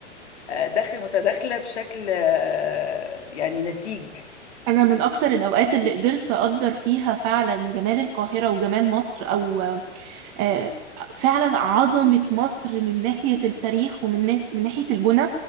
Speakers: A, on the left; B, on the right.
A: آه، داخل متداخلة بشكل آه، يعني نسيج
B: انا من اكتر الاوقات اللي قدرت اقدر فيها فعلا جمال القاهره وجمال مصر او آه، فعلا عظمة مصر من ناحية التاريخ ومن نا- من ناحية البنى